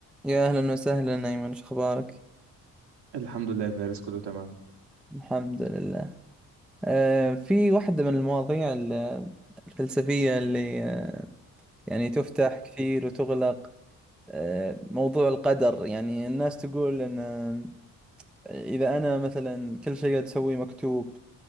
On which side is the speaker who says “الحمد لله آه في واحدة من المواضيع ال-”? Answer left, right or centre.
Centre